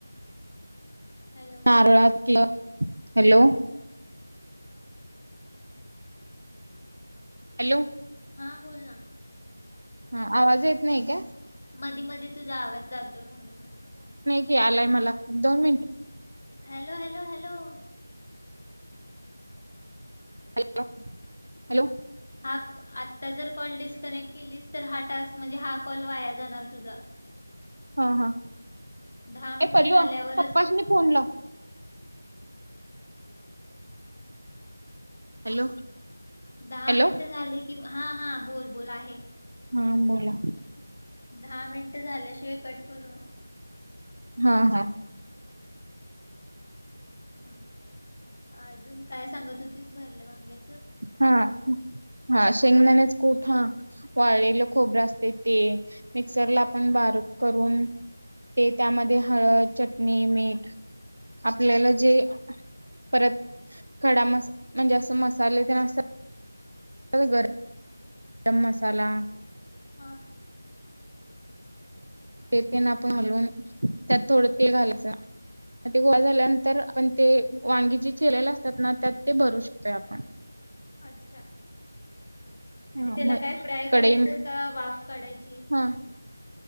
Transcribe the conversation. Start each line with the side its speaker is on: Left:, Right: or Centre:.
Left: हॅलो
Right: नारळात क्लब हॅलो हॅलो
Left: हां बोल ना
Right: हा आवाज येत नाही का
Left: मधी मधी तुझा आवाज जातोय म्हणून म्हटलं
Right: हे आलाय मला एक दोन minute
Left: hello hello hello
Right: hello hello
Left: हा आता जर कॉल डिस्कनेक्ट केलीस तर हा टास् म्हणजे हा कॉल वाया जाणार तुझा
Right: हा हा
Left: दहा मिनिटं
Right: हे पल्लू
Left: झाल्यावरच
Right: पप्पांस्नी फोन लाव हॅलो
Left: दहा
Right: हॅलो
Left: मिनट झाले कि हा हा बोल बोल आहे.
Right: हा बोला
Left: दहा मिनटं झाल्याशिवाय कट करू नको
Right: हा हा
Left: हा अजून काय सांगत होतीस भरलं वांग्या
Right: हा हा शेंगदान्याच कुट हा वाळलेलं खोबरं असतय ते मिक्सरला आपण बारक करून ते त्यामध्ये हळद चट मी मीठ आपल्याला
Left: हा
Right: जे परत खडामस मनजे असं मसालेदार स घर गरम मसाला
Left: हां
Right: ते ते नापून हालून त्यात थोडं तेल घालायचं ते गोळा झाल्यानंतर आपण ते वांगी जे चिरलेल्याल असत्यात ना त्यात ते भरू शकतोय आपण
Left: अच्छा आणि
Right: हा
Left: त्याला
Right: मग
Left: काय फ्राय
Right: कढई
Left: करायचंय का वाफ काढायची
Right: हा